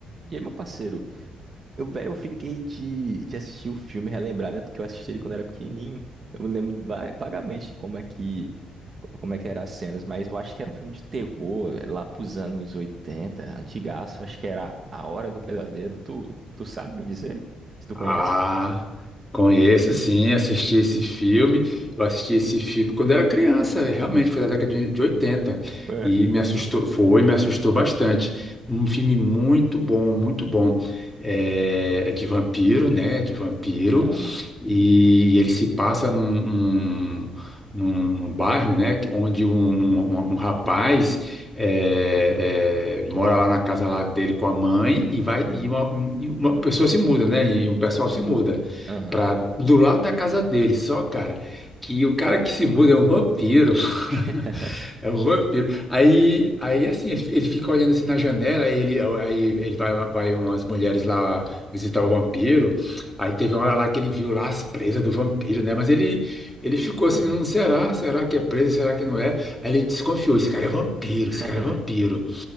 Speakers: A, on the right; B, in the centre.
A: E aí, meu parceiro, eu, velho, eu fiquei de, de assistir o filme, e relembrar, né? Porque eu assisti ele quando era pequenininho. Eu me lembro va- vagamente como é que, como é que eram as cenas, mas eu acho que era um filme de terror, eh, lá pros anos 80, antigaço. Acho que era A Hora do Pesadelo. Tu, tu sabe me dizer? Se tu conhece?
B: Ah, conheço sim, assisti esse filme. Eu assisti esse filme quando era criança, realmente foi da década de de 80.
A: É.
B: E me assustou, foi, me assustou bastante. Um filme muito bom, muito bom. É, é de vampiro, né? De vampiro.
A: Ah,
B: E, e ele se passa num, num, num- num bairro, né? Onde um, um,
A: hum,
B: um um rapaz é, é, mora lá na casa lá dele com a mãe e vai
A: sim.
B: e uma, e uma pessoa se muda, né? E um pessoal se muda
A: Aham.
B: para do lado da casa dele. Só, cara, que o cara que se muda é um vampiro. <laughs>
A: <laughs>
B: É um vampiro. Aí, aí assim, ele, ele fica olhando assim na janela, aí ele, aí ele vai, vai umas mulheres lá visitar o vampiro. Aí teve uma hora lá que ele viu lá as presas do vampiro, né? Mas ele, ele ficou
A: Foi.
B: assim, não será? Será que é presa? Será que não é? Aí ele desconfiou, esse cara é vampiro,
A: <laughs>
B: esse cara é vampiro.